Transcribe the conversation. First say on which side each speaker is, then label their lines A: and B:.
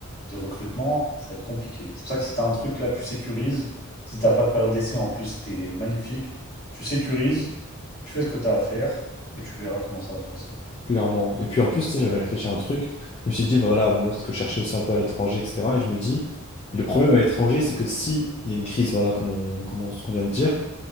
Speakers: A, on the left; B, on the left.
A: de recrutement, ça va être compliqué. C'est pour ça que si tu as un truc là, tu sécurises. Si t'as pas de période d'essai en plus, t'es magnifique. Tu sécurises, tu fais ce que tu as à faire et tu verras comment ça va se passer.
B: Clairement. ouais. Et puis en plus, tu sais, j'avais réfléchi à un truc. Je me suis dit, voilà, moi, ce que je cherchais aussi un peu à l'étranger, etc. Et je me dis, mais le problème à l'étranger, c'est que si il y a une crise, voilà, comme on, comme on, ce qu'on vient de dire,